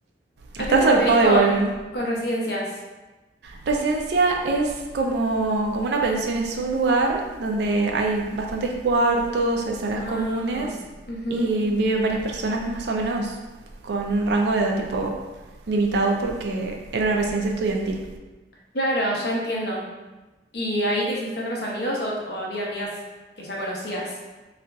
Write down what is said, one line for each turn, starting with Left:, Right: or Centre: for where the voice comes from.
Left: ¿A
Right: Está
Left: qué te
Right: zarpado
Left: referís con,
Right: igual
Left: con residencias?
Right: Residencia es como, como una pensión, es un lugar donde hay bastantes cuartos, hay salas
Left: Ah,
Right: comunes
Left: ujú.
Right: y viven varias personas más o menos con un rango de edad tipo limitado porque era una residencia estudiantil.
Left: Claro, ya entiendo. ¿Y ahí te hiciste otros amigos o, o había amigas que ya conocías?